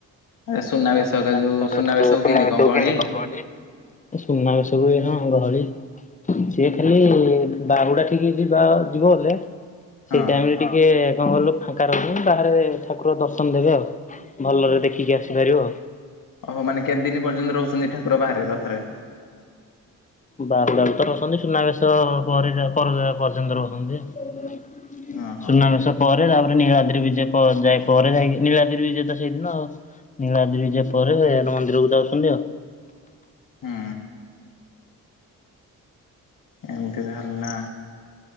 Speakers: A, on the left; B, on the left.
A: ଆଚ୍ଛା ସୁନାବେଶ
B: ସୁନାବେଶଟାକୁ
A: ଏକା ଯୋଉ
B: ସୁନାବେଶକୁ
A: କେମିତି କଣ ଗହଳି
B: କେନ୍ତି କଁ କହ ଟିଏ। ଏ ସୁନାବେଶକୁ ବି ହଁ ଗହଳି ସିଏ ରେ ବାହୁଡ଼ା ଠିକି ଯିବା ଯିବ ବଲେ
A: ହଁ
B: ସେଇ ଟାଇମ ରେ ଟିକେ କଁ କଲୁ ଫାଙ୍କା ରହୁଚି ବାହାରେ ଠାକୁର ଦର୍ଶନ ଦେବେ ଆଉ। ଭଲରେ ଦେଖିକି ଆସିପାରିବ।
A: ଅହ ମାନେ କେତେ ଦିନ ପର୍ଯ୍ୟନ୍ତ ରହୁଛନ୍ତି ଠାକୁର ବାହାରେ ରଥରେ?
B: ବାହୁଡ଼ା ତ ରଛନ୍ତି ସୁନାବେଶ ପରେ ପର ପର୍ଯ୍ୟନ୍ତ ରହୁଛନ୍ତି।
A: ଓହୋ
B: ସୁନାବେଶ ପରେ ତାପରେ ନୀଳାଦ୍ରି ବିଜେ ପ ଯାଇ ପରେ ଯାଇକି ନୀଳାଦ୍ରି ବିଜେ ତ ସେଇଦିନ ନୀଳାଦ୍ରି ବିଜେ ପରେ ମନ୍ଦିରକୁ ଯାଉଛନ୍ତି ଆଉ।
A: ହଁ। ଏମିତି ଧରିଲା।